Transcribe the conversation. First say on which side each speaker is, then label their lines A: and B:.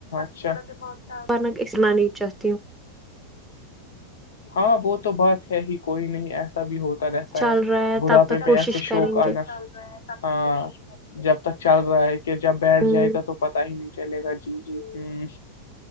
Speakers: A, on the left; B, in the centre.
A: <inaudible>
B: پنگ ا اسلانی چت
A: ہاں وہ تو بات ہے ہی کوئی نہیں ایسا ایسا بھی ہوتا رہتا
B: چل
A: ہے
B: رہا
A: بڑھاپے
B: تب تک
A: میں
B: کوشش
A: ایسے شوق
B: کریں گے
A: آنا ہاں جب تک چل رہا ہے کہ جب بیٹھ
B: ہ
A: جائے گا تو پتا ہی نہیں چلے گا جی جی ہ